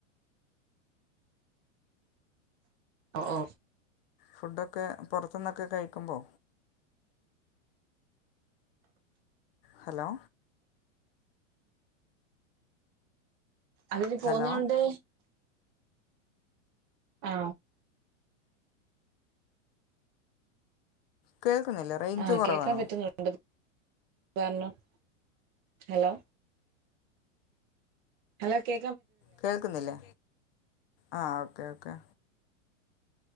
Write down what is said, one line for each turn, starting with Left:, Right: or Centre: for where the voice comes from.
Right: ഓ ഓ
Left: ഫുഡൊക്കെ പൊറത്തുന്നൊക്കെ കഴിക്കുമ്പോ ഹലോ
Right: അതിന് പോന്നോണ്ട്
Left: ഹലോ
Right: ആ
Left: കേൾക്കുന്നില്ല റേഞ്ച്
Right: ആഹ്
Left: കൊറവാണോ
Right: കേക്കാൻ <unintelligible> ഹലോ ഹലോ കേ
Left: കേക്കുന്നില്ലേ അ ഓക്കെ ഓക്കെ